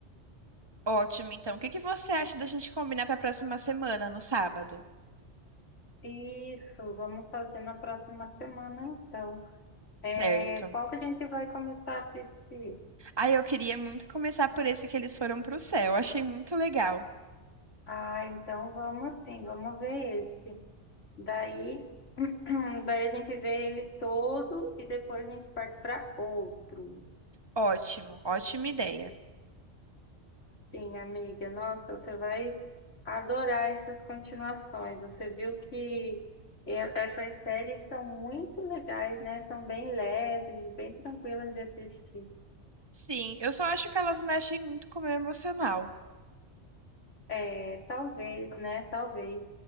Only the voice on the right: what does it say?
Ótimo, então. O que que você acha da gente combinar para a próxima semana, no sábado?
Certo.
Aí eu queria muito começar por esse que eles foram pro céu. Achei muito legal.
Ótimo, ótima ideia.
Sim, eu só acho que elas mexem muito com o meu emocional.